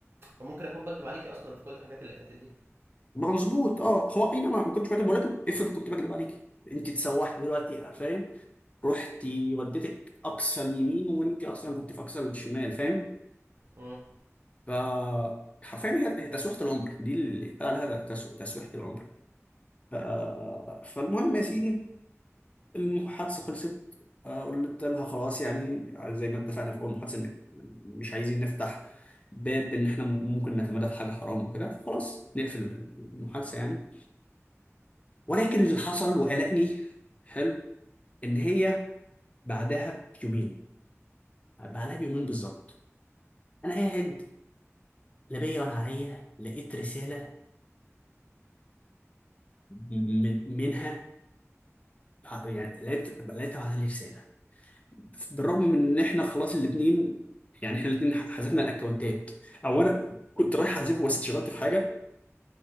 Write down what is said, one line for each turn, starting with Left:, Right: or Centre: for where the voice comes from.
Right: ممكن اكون بكتب عليكي اصلا في كل الحاجات اللي فاتت دي
Left: ما مظبوط اه هو اي نعم ما كنتش بكذب ولكن افرض كنت بكذب عليكي انت تسوحني دلوقتي فاهم رحتي وديتك اقصى اليمين وانت اصلا كنت في اقصى الشمال فاهم
Right: امم
Left: ف حرفيا هي تسويحة العمر دي اللي اتقال عليها ده، تسو- تسويحة العمر ف... فالمهم يا سيدي المحادثة خلصت آه، قلت لها خلاص يعني زي ما اتفقنا في اول محادثة ان مش عايزين نفتح باب ان احنا ممكن نتمادى في حاجة حرام وكده فخلاص نقفل المحادثة يعني ولكن اللي حصل وقلقني حلو ان هي بعدها بيومين بعدها بيومين بالظبط انا قاعد لا بيدور عليا لقيت رسالة من منها يعني لقيت لقيتها بعت لي رسالة بالرغم من ان احنا خلاص الاتنين يعني احنا الاتنين حذفنا الاكونتات او انا كنت رايح احذفه بس اتشغلت في حاجة